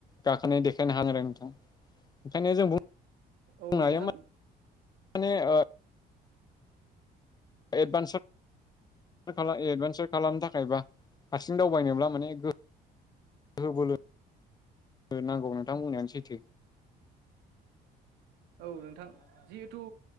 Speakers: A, on the left (about 25°); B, on the right (about 85°).
A: गाखोनाय देखायनो हानाय आरो नोंथां ओंखायनो जों बुंनो
B: औ
A: हायो
B: नोंथां
A: माने ओ एडभान्स एडभान्सार खालामनो थाखाय बा हारसिं दावबायनोब्ला माने गो गोहो बोलो नांगौ नोंथांबुंनायानो सैथो।
B: औ नोंथां जिहेथु